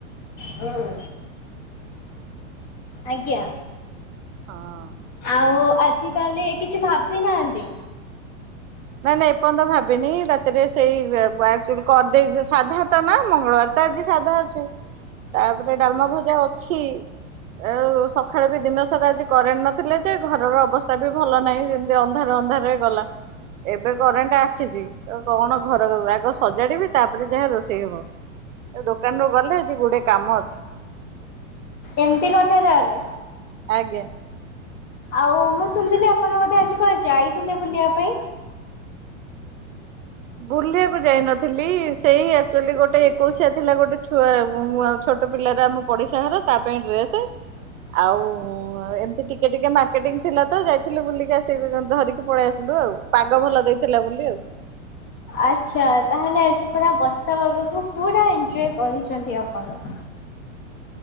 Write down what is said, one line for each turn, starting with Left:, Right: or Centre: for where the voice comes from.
Left: ହୁଁ। ଆଜ୍ଞା।
Right: ହଁ।
Left: ଆଉ ଆଜି ତାହେଲେ କିଛି ଭାବି ନାହାନ୍ତି?
Right: ନାଇଁ ନାଇଁ ଏପର୍ଯ୍ୟନ୍ତ ଭାବିନି ରାତିରେ ସେଇ <unintelligible> କରିଦେଇଚି ସାଧା ତ ମା ମଙ୍ଗଳବାର ତ ଆଜି ସାଧା ଅଛି।
Left: ହ
Right: ତାପରେ ଡାଲମା ଭଜା ଅଛି ଆଉ ସକାଳେ ବି ଦିନ ସାରା ଆଜି କରେଣ୍ଟ ନଥିଲେ ଯେ ଘରର ଅବସ୍ଥା ବି ଭଲ ନାହିଁ ଯେମତି ଅନ୍ଧାର ଅନ୍ଧାରରେ ଗଲା। ଏବେ କରେଣ୍ଟ ଆସ ସିଚି ତ କଣ ଘର ଆଗ ସଜାଡିବି ତାପରେ ଯାହା ରୋଷେଇ ହବ। ତ ଦୋକାନରୁୁ ଗଲେ ଆଜି ଗୁଡ଼େ କାମ ଅଛି।
Left: ଏମିତି କଥା ତାହେଲେ।
Right: ଆଜ୍ଞା।
Left: ଆଉ ମୁଁ ଶୁଣିଥିଲି ଆପଣ ବୋଧେ ଆଜି କୁଆଡେ ଯାଇଥିଲେ ବୁଲିବା ପାଇଁ?
Right: ବୁଲିବାକୁ ଯାଇନଥିଲି ସେଇ ଆକ୍ଚୁଆଲି ଗୋଟେ ଏକୋଇଶିଆ ଥିଲା ଗୋଟେ ଛୁଆ <unintelligible> ଛୋଟ ପିଲାର ଆମ ପଡ଼ିଶା ଘର ତା ପାଇଁ ଡ୍ରେସ
Left: ହଁ
Right: ଆଉ ଏମତି ଟିକେ ଟିକେ ମାର୍କେଟିଂ ଥିଲା ତ ଯାଇଥିଲି ବୁଲିକି ଆସି <unintelligible> ଧରିକି ପଳେଇ ଆସିଲୁ ଆଉ। ପାଗ ଭଲ ଦେଇଥିଲା ବୋଲି ଆଉ।
Left: ଆଚ୍ଛା ତାହେଲେ ଆଜି ପୁରା ବସା ପାଗକୁ ପୁରା ଏଞ୍ଜୟ କରିଚନ୍ତି ଆପଣ।